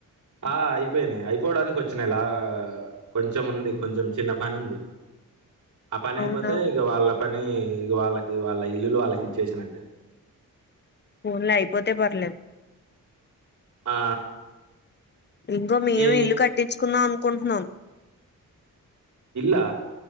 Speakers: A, on the right; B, on the left.
A: ఆ అయిపోయినాయి అయిపోవడానికి వచ్చినయి లా ఆ కొంచెం ఉంది కొంచెం చిన్న పని ఉంది ఆ పని అయిపోతే
B: అవునా
A: ఇగ వాళ్ళ పని ఇగ వాళ్ళకి వాళ్ళ ఇల్లులు వాళ్ళకి ఇచ్చేసినట్టే
B: ఫోన్ లో అయిపోతే పర్లేదు
A: ఆ!
B: ఇంకో మేము
A: ఏ
B: ఇల్లు కట్టించుకుందాం అను కుంఠణం
A: ఇల్లా